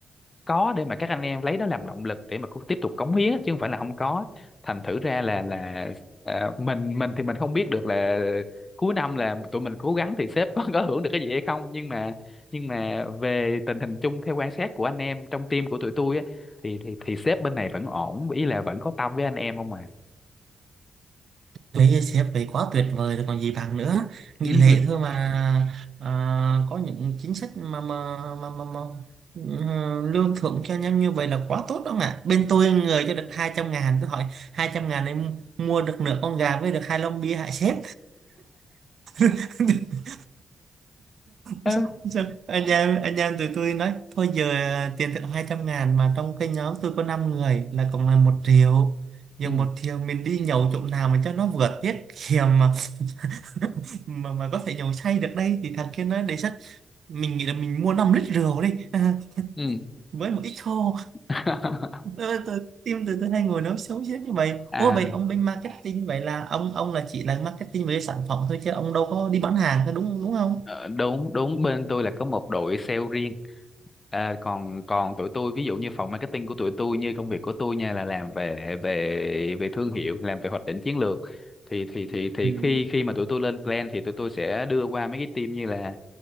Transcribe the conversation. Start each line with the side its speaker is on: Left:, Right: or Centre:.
Left: có để mà các anh em lấy đó làm động lực để mà cứ tiếp tục cống hiến á, chứ không phải là không có thành thử ra là là à, mình mình thì mình không biết được là cuối năm là tụi mình cố gắng thì sếp có có hưởng được cái gì hay không nhưng mà nhưng mà về tình hình chung theo quan sát của anh em trong team của tụi tôi á thì thì thì sếp bên này vẫn ổn ý là vẫn có tâm với anh em không à
Right: Với sếp đấy quá tuyệt vời rồi còn gì bằng nữa nghị
Left: ừ
Right: lệ thôi mà à, có những chính sách mà mà mà mà, mà ừ, lương thưởng cho nhau như vậy là quá tốt đó ạ bên tôi người cho được hai trăm ngàn tôi hỏi hai trăm ngàn em mua được nửa con gà với được hai lon bia hại sếp <laughs>
Left: ừ
Right: Sao- sao- anh em anh em tụi tôi nói thôi giờ à, tiền thưởng hai trăm ngàn mà trong cái nhóm tôi có 5 người là cộng là một triệu giờ
Left: ừ
Right: một triệu mình đi nhậu chỗ nào mà cho nó vừa tiết kiệm <laughs> mà mà có thể nhậu say được đây thì thằng kia nó đề xuất mình nghĩ là mình mua 5 lít rượu đi <laughs> à,
Left: ừ.
Right: với một ít khô
Left: <laughs>
Right: Ờ, tự- tim từ từ hai người nó xấu xí như vậy
Left: à
Right: ô vậy ông bên marketing vậy là ông ông là chỉ là marketing về sản phẩm thôi chứ ông đâu có đi bán hàng thôi đúng đúng không
Left: Ờ, đúng đúng bên tôi là có một đội sale riêng à, còn còn tụi tôi ví dụ như phòng marketing của tụi tôi như công việc của tôi nha là làm về về về thương hiệu làm về hoạch định chiến lược thì thì thì thì
Right: ừ.
Left: khi khi mà tụi tôi lên plan thì tụi tôi sẽ đưa qua mấy cái team như là